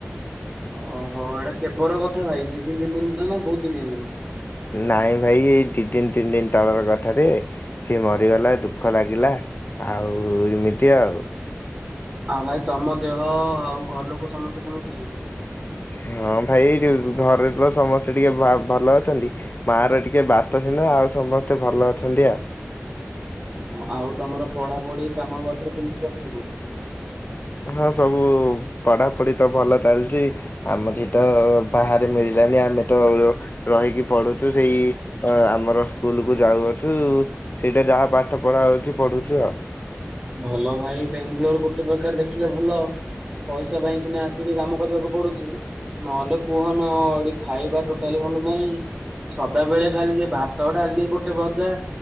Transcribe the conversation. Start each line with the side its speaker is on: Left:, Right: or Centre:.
Right: ଓହୋ ଏଟା କେବର କଥା ଭାଇ ଦି ତିନି ତିନି ଦିନ ନା ବହୁତ୍ ଦିନି ହେଲାଣି?
Left: ନାଇଁ ଭାଇ ଦିଇ ଦିନି ତିନି ଦିନି ତଳର କଥାରେ ସିଏ ମରିଗଲା ଦୁଃଖ ଲାଗିଲା ଆଉ ଏମିତି ଆଉ।
Right: ଆଉ ଭାଇ ତମ ଦେହ ଆଉ ଘର ଲୋକ ସମସ୍ତେ କେମିତି ଅଛନ୍ତି?
Left: ହଁ ଭାଇ ଯୋଉ ଘରେତ ସମସ୍ତେ ଟିକେ ବା ଭଲ ଅଛନ୍ତି ମାଁର ଟିକେ ବାତ ସିହନା ଆଉ ସମସ୍ତେ ଭଲ ଅଛନ୍ତି ଆଉ।
Right: ହଁ ଆଉ ତମର ପଢ଼ାପଢ଼ି କାମ ପତ୍ର କେମିତି ଚାଲିଚି ସବୁ?
Left: ହଁ ସବୁ ପଢ଼ାପଢ଼ିତ ଭଲ ଚାଲିଚି। ଆମଠିତ ବାହାରେ ମିଳିଲାନି ଆମେତ ରହିକି ପଢ଼ୁଛୁ ସେଇ ଆମର ସ୍କୁଲକୁ ଯାଉଅଛୁ। ସେଇଟା ଯାହା ପାଠ ପଢ଼ା ହେଉଚି ପଢ଼ୁଚୁ ଆଉ।
Right: ଭଲ ଭାଇ ବାଙ୍ଗାଲୋର ଗୋଟେ ପ୍ରକାର ଦେଖିଲେ ଭଲ ପଇସା ପାଇଁ ସିନା ଆସିକି କାମ କରିବାକୁ ପଡ଼ୁଚି ନହେଲେ କୁହନ ଏଇଠି ଖାଇବା ଟୋଟାଲି ଭଲ ନାହିଁ ସଦାବେଳେ ଖାଲି ସେ ଭାତ ଡାଲି ଗୋଟେ ଭଜା